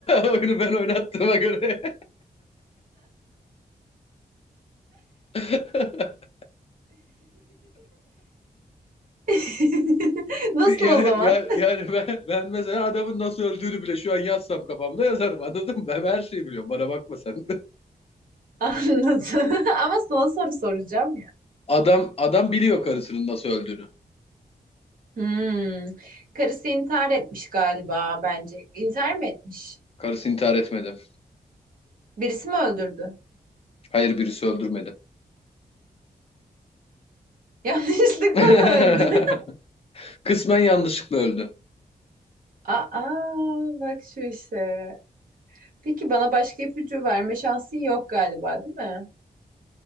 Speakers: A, on the left; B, on the right.
A: Oyunu ben oynattığıma göre. <laughs>
B: <laughs> Nasıl
A: Yani,
B: o zaman?
A: yani, yani ben, ben mesela adamın nasıl öldüğünü bile şu an yazsam kafamda yazarım anladın mı? Ben her şeyi biliyorum. Bana bakma sen. de.
B: Anladım. <laughs> Ama son soru soracağım ya.
A: Adam adam biliyor karısının nasıl öldüğünü.
B: Hmm. Karısı intihar etmiş galiba bence. İntihar mı etmiş?
A: Karısı intihar etmedi.
B: Birisi mi öldürdü?
A: Hayır birisi öldürmedi.
B: <laughs> Yanlışlıkla
A: <laughs>
B: mı öldü?
A: Kısmen yanlışlıkla öldü.
B: Aa, bak şu işe. Peki bana başka ipucu verme şansın yok galiba, değil mi?